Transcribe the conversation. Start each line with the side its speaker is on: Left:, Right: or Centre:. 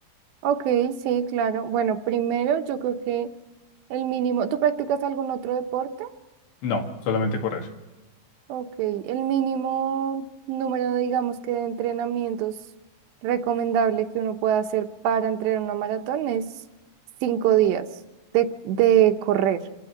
Right: Ok, sí, claro. Bueno, primero yo creo que el mínimo... ¿Tú practicas algún otro deporte?
Left: no, solamente correr.
Right: Ok, el mínimo número, digamos que de entrenamientos recomendable que uno pueda hacer para entrenar una maratón es cinco días de, de correr.